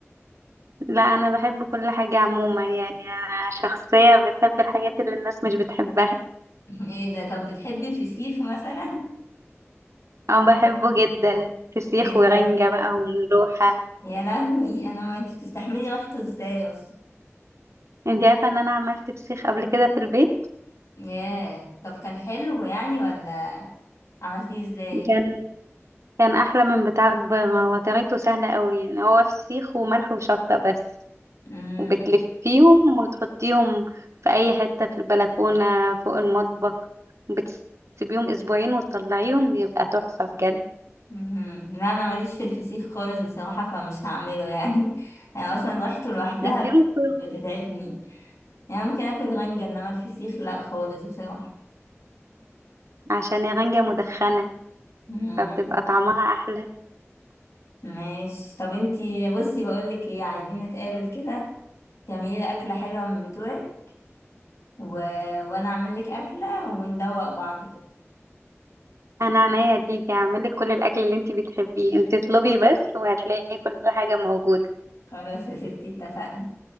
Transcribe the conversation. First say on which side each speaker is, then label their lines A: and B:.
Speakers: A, on the right; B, on the left.
A: لا انا بحب كل حاجة عموما يعني انا شخصية بتحب الحاجات اللي الناس مش بتحبها
B: <laughs> ايه ده طب بتحبي الفسيخ مثلا
A: او بحبه جدا فسيخ
B: <laughs> ايه
A: ورنجة
B: ده
A: بقى وملوحة
B: يا لهوي انا ما انت بتستحملي ريحته ازاي اصلا
A: انت عارفة ان انا عملت فسيخ قبل كده في البيت
B: ياه طب كان حلو يعني ولا عملتيه ازاي
A: كان كان احلى من بتاع البره هو طريقته سهلة قوي يعني هو فسيخ وملح وشطة بس
B: امم
A: وبتلفيهم وتحطيهم في اي حتة في البلكونة فوق المطبخ وبتسيبيهم اسبوعين وتطلعيهم بيبقى تحفة بجد
B: أمم. لا انا ماليش في الفسيخ خالص بصراحه فمش هعمله يعني <laughs> يعني اصلا ريحته لوحدها
A: اديله فرن
B: بتتعبني يعني ممكن اكل رنجة انما الفسيخ لا خالص بصراحه
A: عشان الرنجة مدخنة
B: مم.
A: فبتبقى طعمها احلى
B: ماشي طب انتي بصي بقولك ايه عايزين نتقابل كده تعملي لي اكله حلوه من بتوعك و... وانا اعمل لك اكله وندوق بعض كده
A: انا عينيا ليكي هعملك كل الاكل اللي انتي بتحبيه انتي اطلبي بس وهتلاقي كل حاجة موجودة
B: خلاص يا ستي اتفقنا